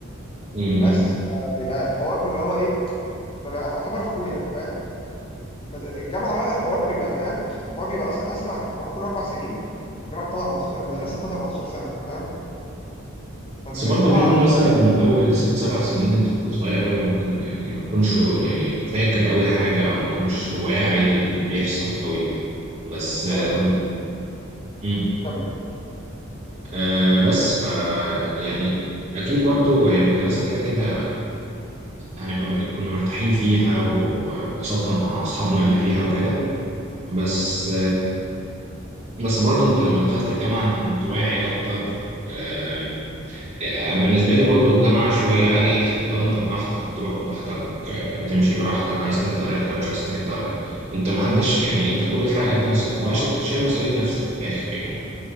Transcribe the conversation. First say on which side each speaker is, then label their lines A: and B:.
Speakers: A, on the right; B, on the left.
A: امم
B: بس بيبقى الحوار اللي هو ايه ببقى اعتبر اخويا فاهم ما- الجامعه بقى الحوار بيبقى فاهم عشان الحوار بيبقى اصلا اسرع الحوار كله اربع سنين الجامعه بتاع 14 المدرسه بتاع 14 سنه فاهم فانت
A: بس برضه
B: الجامعه
A: منهم مثلا اول ست سبع سنين انت كنت صغير قوي ممكن ما- يعني ما تكونش يعني فاكر قوي حاجة او ما تكونش واعي للي كان بيحصل قوي بس
B: بس
A: آه،
B: فاهم
A: امم
B: كمل
A: آه، بس ف يعني اكيد برضو هي المدرسه كده كده هنبقى م- كنا مرتاحين فيها وانبسطنا مع اصحابنا اللي فيها وكده بس بس برضه انت لما دخلت الجامعة انت كنت واعي اكتر آه، آه، بالنسبة لي برضه الجامعة شوية اريح لو انت براحتك تروح براحتك آه، تمشي براحتك عايز تحضر احضر مش عايز تحضر انت محدش يعني انت كل حاجة
B: أنا
A: انت مس...
B: لسه
A: ماشي
B: هقول
A: شايل
B: لك
A: مسؤولية نفسك من الاخر يعني